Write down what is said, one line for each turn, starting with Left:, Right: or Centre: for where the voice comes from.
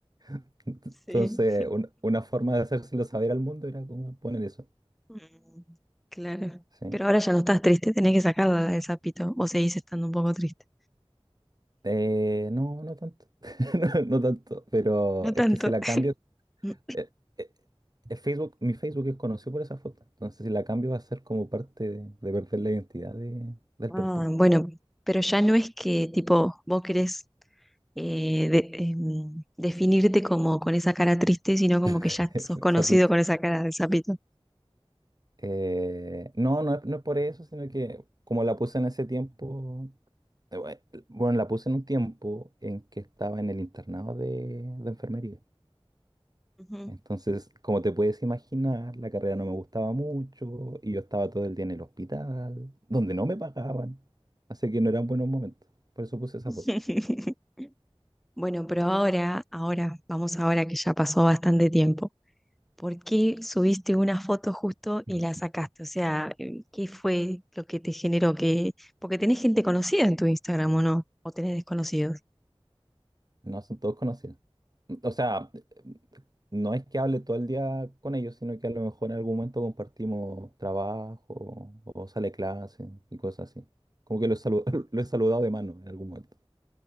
Right: <laughs> Entonces,
Centre: sí.
Right: un- una forma de hacérselo saber al mundo era como poner eso.
Centre: Mm, Claro.
Right: Sí.
Centre: Pero ahora ya no estás triste, tenés que sacarla la del sapito, o seguís estando un poco triste.
Right: Eh, no, no tanto. <laughs> No, no tanto. Pero
Centre: No tanto.
Right: es que si la cambio.
Centre: Mm,
Right: eh, eh, eh, Facebook, mi Facebook es conocido por esa foto. Entonces, si la cambio, va a ser como parte de, de perder la identidad de- del
Centre: Ah,
Right: perfil.
Centre: bueno, pero ya no es que tipo vos querés eh, de- em, definirte como con esa cara triste, sino como que
Right: <laughs>
Centre: ya sos conocido
Right: Sapito.
Centre: con esa cara del sapito.
Right: Eh, no, no es, no es por eso, sino que como la puse en ese tiempo, eh, bue- bueno, la puse en un tiempo en que estaba en el internado de, de enfermería.
Centre: Ujú.
Right: Entonces, como te puedes imaginar, la carrera no me gustaba mucho y yo estaba todo el día en el hospital, donde no me pagaban. Así que no eran buenos momentos. Por eso puse esa
Centre: <laughs>
Right: foto.
Centre: Bueno, pero ahora, ahora, vamos ahora que ya pasó bastante tiempo. ¿Por qué subiste una foto justo
Right: <laughs>
Centre: y la sacaste? O sea, eh, ¿qué fue lo que te generó? que Porque tenés gente conocida en tu Instagram, ¿o no? O tenés desconocidos.
Right: No, son todos conocidos. O sea, no es que hable todo el día con ellos, sino que a lo mejor en algún momento compartimos trabajo o sale clase y cosas así. Como que lo he salu- <laughs> lo he saludado de mano en algún momento.